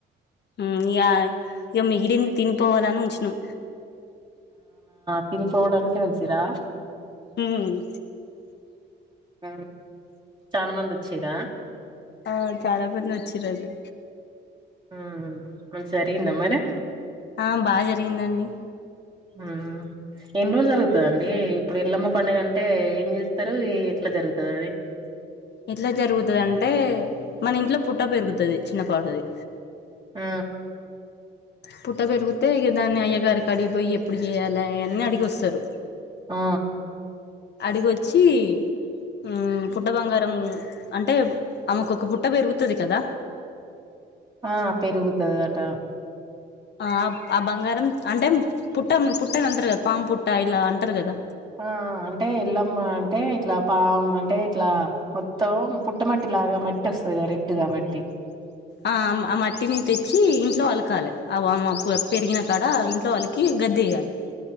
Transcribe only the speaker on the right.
తిని పోవడానికే వచ్చిరా
ఉమ్, చాలా మంది వచ్చిరా
ఉ ఉ జరిగిందా మరి
ఉ ఎన్ని రోజ్లు జరుగుతుదండి ఇప్పుడు ఎల్లమ్మ పండగ అంటే ఏం చేస్తరు ఎట్ల జరుగుతది అది
ఆ
ఆ
ఆ పెరుగుతది అట
ఆ అంటే ఎల్లమ్మ అంటే ఇట్లా పామ్ అంటే ఇట్లా మొత్తం పుట్టమట్టిలాగా మ వస్తది కదా రెడ్ గా మట్టి